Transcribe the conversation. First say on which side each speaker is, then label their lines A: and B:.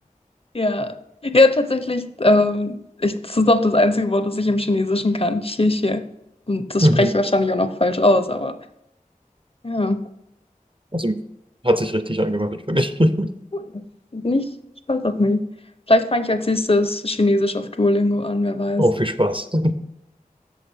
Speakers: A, on the left; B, on the right.
A: ja. Ja, tatsächlich, ähm, ich, das ist auch das einzige Wort, das ich im Chinesischen kann. Xie xie. Und das
B: Mhm.
A: spreche ich wahrscheinlich auch noch falsch aus, aber ja,
B: Also hat sich richtig angehört für mich. <laughs>
A: cool. Bin ich stolz auf mich. Vielleicht fange ich als nächstes Chinesisch auf Duolingo an, wer weiß.
B: Auch viel Spaß.